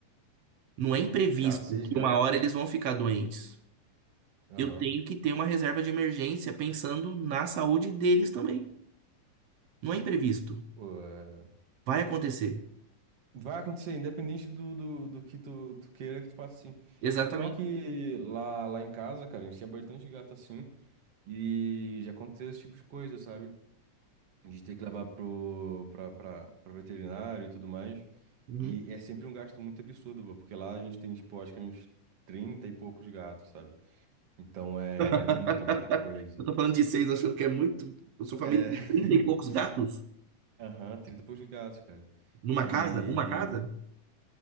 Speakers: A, on the right; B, on the right.
A: Não é imprevisto
B: Cara, se esga...
A: que uma hora eles vão ficar doentes.
B: Aham.
A: Eu tenho que ter uma reserva de emergência pensando na saúde deles também. Não é imprevisto.
B: Pô, é...
A: Vai acontecer.
B: Vai acontecer, independente do, do, do que tu, tu queira que tu faça assim.
A: Exatamente.
B: E o pior é que lá, lá em casa, cara, a gente tinha bastante gato assim. E já aconteceu esse tipo de coisa, sabe? A gente tem que levar pro, pra, pra, pra veterinário e tudo mais.
A: Uhum.
B: E é sempre um gasto muito absurdo, pô, porque lá a gente tem, tipo, acho que é uns 30 e poucos gatos, sabe? Então é,
A: <laughs>
B: é muita, muita coisa.
A: Eu tô falando de seis, achando que é muito. Eu sou família
B: É.
A: de 30
B: <laughs>
A: e poucos gatos
B: Aham, 30 e poucos gatos, cara.
A: numa
B: E.
A: casa, uma casa,